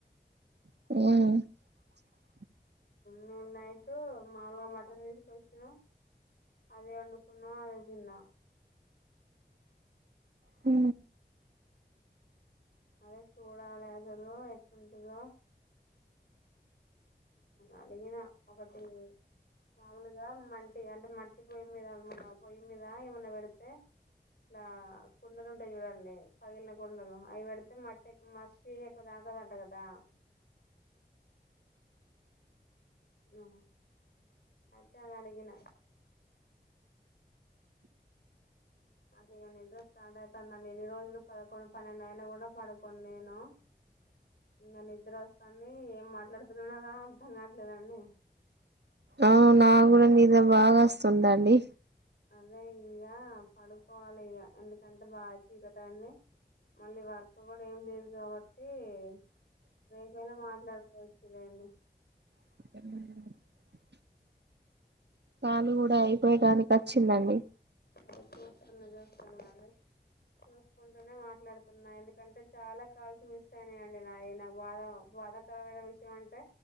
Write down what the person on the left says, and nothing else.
మేము నైట్ మాముూలుగా మటన్ తీసుకొచ్చినాం అదే వండుకున్నాం అదే తిన్నాం
అదే చూడాలి అసలు ఎట్ ఉంటంద అడిగిన ఒకటి మాములుగా మంటి అంటే మట్టి పొయ్యి ఏమైన్నా పెడితే ఇలా కుండలు ఉంటాయి చూడండి పగిలిన కుండలు అవి పెడితే మట్టి ఎక్కువ మసి ఎక్కువ తాకదంట కదా ఆ అట్టే అడిగిన అది ఇక నిద్ర స్టార్ట్ అవుతుందండి ఎన్ని రోజులు పదకొండు పన్నెండు అయినా కూడా పడుకోను నేను ఇంకా నిద్ర వస్తాంది ఏం మాట్లాడుతున్నానోగా అర్థం కావట్లేదండి
అదే ఇక పడుకోవాలి ఇక అంటే బాగా చీకటి అయింది మళ్ళీ వర్కు కూడా ఏం లేదు కాబట్టి అతే రేపైనా మాట్లాడుకోవచ్చు సరెండీ
ద చూస్తున్నా చూస్తున్నాండి చూసుకుంటూనే మాట్లాడుతున్నా ఎందుకంటే చాలా కాల్స్ మిస్ అయినాయండి నా నాకు బాధ బాధాకరమైన విషయం అంటే